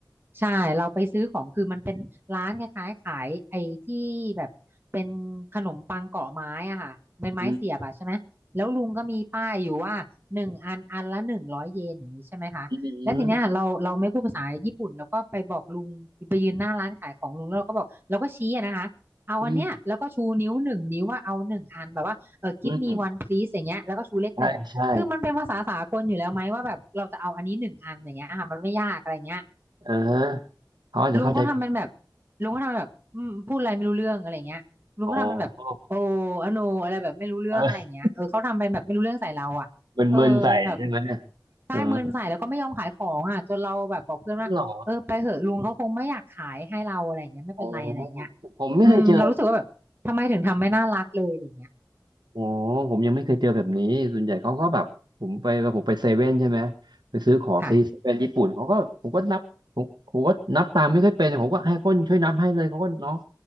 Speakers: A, on the right; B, on the right.
A: ใช่เราไปซื้อของคือมันเป็นร้านคล้ายๆขายไอ้ที่แบบเป็นขนมปังเกาะไม้อ่ะค่ะเป็นไม้เสียบอ่ะใช่ไหมแล้วลุงก็มีป้ายอยู่ว่าหนึ่งอันอันละหนึ่งร้อยเยนอย่างนี้ใช่ไหมคะแล้วทีเนี้ยเราเราไม่พูดภาษาญี่ปุ่นเราก็ไปบอกลุงไปยืนหน้าร้านขายของลุงแล้วเราก็บอกเราก็ชี้อะนะคะ
B: อืมอืม
A: เอาอันเนี้ยแล้วก็ชูนิ้วหนึ่งนิ้วว่าเอาหนึ่งอันแบบว่าเออ
B: อืม
A: give
B: อืม
A: me one please อย่างเงี้ยแล้วก็ชูเลขหนึ่งคือมันเป็นภาษาสากลอยู่แล้วไหมว่าแบบเราจะเอาอันนี้หนึ่งอันอย่างเงี้ยอ่ะมันไม่ยากอะไรเงี้ย
B: ใช่ใช่เออฮะเขาอาจจะเข้าใจผิด
A: ลุงเขาทำเป็นแบบลุงเขาทำเป็นแบบอืมพูดอะไรไม่รู้เรื่องอะไรเงี้ยลุงเขาทำเป็นแบบโอ้อ
B: โอ้
A: โนอะไรแบบไม่รู้เรื่องอะไรอย่างเงี้ยเออเขาทำเป็นแบบไม่รู้เรื่องใส่เราอ่ะเออแบบ
B: เออ <laughs> มึนๆใส่ใช่ไหม
A: ได้เมินใส่แล้วก็ไม่ยอมขายของอ่ะจนเราแบบบอกเพื่อนว่าเออไปเหอะลุงเขาคงไม่อยากขายให้เราอะไร่เงี้ยไม่เป็นไรอะไรงเงี้ย
B: เออหรออ๋อผมไม่เคยเจอ
A: อืมเรารู้สึกว่าแบบทำไมถึงทำไม่น่ารักเลยอย่างเงี้ย
B: โอ้ผมยังไม่เคยเจอแบบนี้ส่วนใหญ่เขาก็แบบผมไปผมไปเซเว่นใช่ไหมไปซื้อของซีเซเว่นญี่ปุ่นเขาก็ผมก็นับผมผมก็นับตามไม่ค่อยเป็นผมก็ให้คนช่วยนับให้เลยเขาก็น้อง
A: ค่ะ